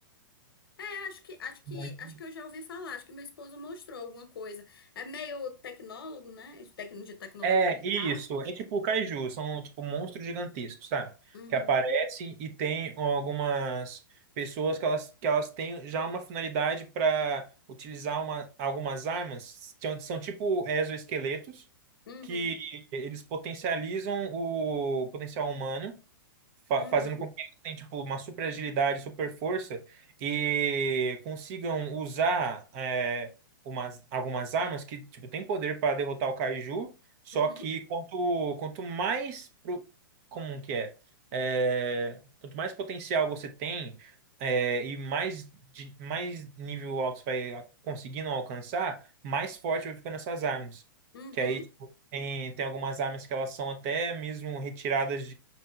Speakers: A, on the left; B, on the right.
A: É, acho que, acho que,
B: Muito.
A: acho que eu já ouvi falar. Acho que meu esposo mostrou alguma coisa. É meio tecnólogo, né? De tec- de tecnologia
B: É,
A: e
B: isso.
A: tal.
B: É tipo Kaiju, são tipo monstros gigantescos, sabe?
A: Uhum,
B: Que aparecem e tem algumas pessoas que elas, que elas têm já uma finalidade para utilizar uma, algumas armas, são, são tipo exoesqueletos.
A: uhum,
B: que eles potencializam o potencial humano fa-
A: uhum,
B: fazendo com que eles tenham tipo, uma super agilidade, super força e consigam usar é, umas, algumas armas que tipo, têm poder para derrotar o Kaiju, só
A: uhum,
B: que quanto, quanto mais pro, como que é? É, quanto mais potencial você tem é, e mais, de- mais nível alto você vai conseguindo alcançar, mais forte vai ficando essas armas.
A: uhum.
B: Que aí, tipo, tem, tem algumas armas que elas são até mesmo retiradas